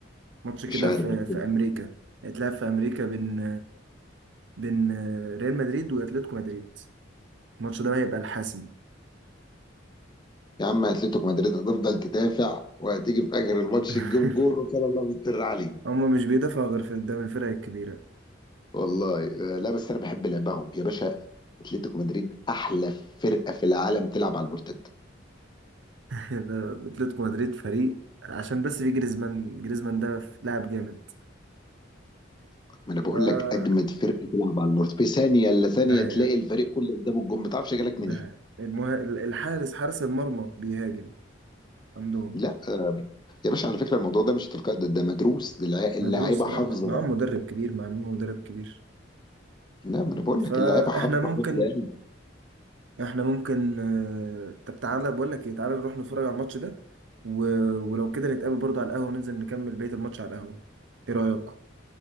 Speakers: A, on the right (about 70°); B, on the left (about 25°).
A: ماتش كده
B: مش عارف
A: في
B: بس
A: في امريكا هيتلعب في امريكا بين بين ريال مدريد واتلتيكو مدريد الماتش ده هيبقى الحاسم
B: يا عم اتلتيكو مدريد هتفضل تدافع وهتيجي في اخر الماتش
A: <laughs>
B: تجيب جول وكان الله مستر عليه
A: هما مش بيدافعوا غير في قدام الفرق الكبيرة <laughs>
B: والله آه، لا بس انا بحب لعبهم يا باشا اتلتيكو مدريد احلى فرقه في العالم تلعب على المرتد
A: ده اتلتيكو مدريد فريق عشان بس في جريزمان جريزمان ده لاعب جامد
B: ما انا بقول
A: ف
B: لك اجمد فرقه تلعب على المرتد في ثانيه الا ثانيه
A: ده حقيقة
B: تلاقي الفريق كله قدام الجون ما تعرفش جالك
A: ده
B: منين
A: حقيقة المه... ال- الحارس حارس المرمى بيهاجم عندهم
B: لا يا باشا على فكرة الموضوع ده مش تلقائي ده, ده مدروس ده الع- اللاعيبه
A: مدروس
B: حافظة
A: لا مع- معاهم مدرب كبير معاهم مدرب كبير
B: لا ما انا بقول
A: فاحنا
B: لك اللاعيبه حافظة
A: ممكن
B: حافظة يعني
A: احنا ممكن آه، طب تعالى بقول لك ايه تعالى نروح نتفرج على الماتش ده و... ولو كده نتقابل برضه على القهوة ننزل نكمل بقية الماتش على القهوة ايه رأيك